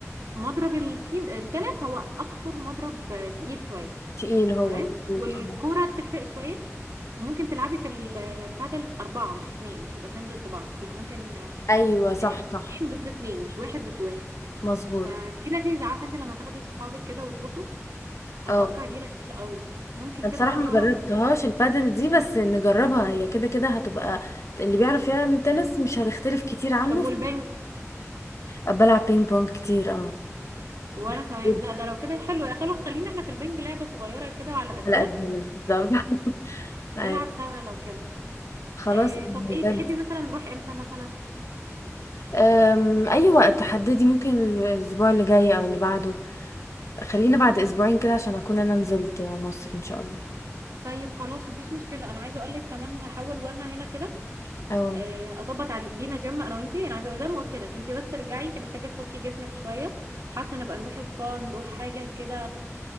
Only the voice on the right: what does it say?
مضرب التين... التنس هو اكتر مضرب تقيل شويه
تمام
والكرة
تفرق شوية وممكن تلعبي في البادل أربعة مش اتنين مش يبقى اتنين ضد بعض لا ممكن آه،
اتنين
ضد اتنين مش واحد ضد واحد
فدي لذيذة عارفة انت لما تاخدي صحابك كده وتروحوا أتوقع
دي لذيذة قوي ممكن
كده
مرة
طب والبنج
وانا
كمان لا ده لو كده حلو يا خلاص خلينا احنا في البنج لعبة صغيرة كده وعلى قدنا
نلعب
سوا لو كده
آه طب
ايه تحبي مثلا نروح امتى مثلا
طيب خلاص مفيش مشكلة انا عايزة اقولك كمان هحاول وانا هنا كده
آه، اظبط على لينا جيم انا وانتي انا عايزه زي ما قلت لك انتي بس ترجعي انتي محتاجه تفكي جسمك شويه حتى نبقى نروح سبا نروح حاجه كده